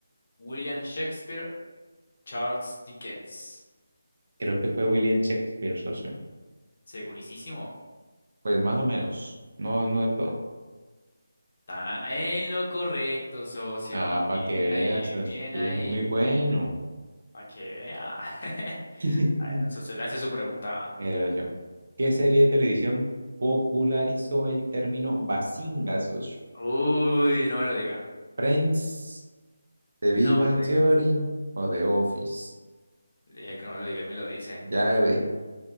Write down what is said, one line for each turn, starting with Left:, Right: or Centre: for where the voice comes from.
Left: William Shakespeare, Charles Dickens.
Right: Creo que fue William Shakespeare, socio.
Left: Segurísimo.
Right: Pues más o menos. No, no del todo.
Left: Está en lo correcto, socio.
Right: Ah, para
Left: Bien
Right: que veas,
Left: ahí,
Right: socio,
Left: bien
Right: que
Left: ahí.
Right: yo soy muy bueno.
Left: Para que vea. <laughs>
Right: <laughs>
Left: A ver, socio, lance su pregunta.
Right: Mira, yo. ¿Qué serie de televisión popularizó el término Bazinga, socio?
Left: Uy, no me lo diga.
Right: ¿Friends, The
Left: No
Right: Big Bang
Left: me lo diga.
Right: Theory o The Office?
Left: Le dije que no me lo diga y me lo dice.
Right: Ya lo dije.